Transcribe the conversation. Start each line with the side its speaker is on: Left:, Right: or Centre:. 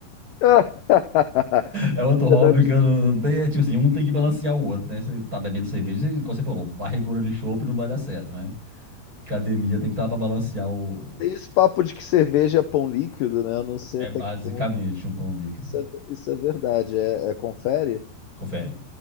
Left: <laughs>
Right: É outro hobby
Left: Você deve-
Right: que eu não, não tenho. É tipo assim, um tem que balancear o outro, né? Você tá bebendo cerveja, você, igual você falou, barrigona de chopp não vai dar certo, né? Academia tem que estar pra balancear o.
Left: Tem esse papo de que cerveja é pão líquido, né? Eu não sei
Right: É
Left: até
Right: basicamente
Left: que ponto.
Right: um pão líquido.
Left: Isso é, isso é verdade. É, é confere?
Right: Confere.